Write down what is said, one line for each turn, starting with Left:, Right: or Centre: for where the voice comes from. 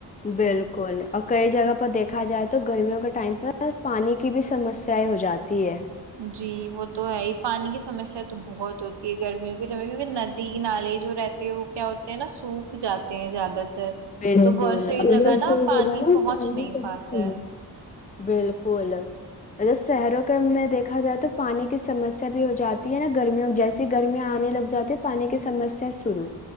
Left: بالکل اور کئی جگہ پر دیکھا جائے تو گرمیوں کے ٹائم پہ پانی کی بھی سمسیایں ہو جاتی ہے
Right: جی وہ تو ہے ہی پانی کی سمسیا تو بہت ہوتی ہے گرمیوں کے کیونکہ ندی نالے جو رہتے ہیں وہ کیا ہوتے ہیں نا سوکھ جاتے ہیں زیادہ تر
Left: بکل
Right: تو بہت سی نا
Left: جگہ
Right: پانی
Left: نا
Right: پہنچ نہیں
Left: سب
Right: پاتا ہے
Left: بالکل شہروں کے میں دیکھا جائے تو پانی کی سمسیا بھی ہو جاتی ہے نا گرمیوں جیسی گرمیاں آنے لگ جاتی ہیں پانی کی سمسیا شروع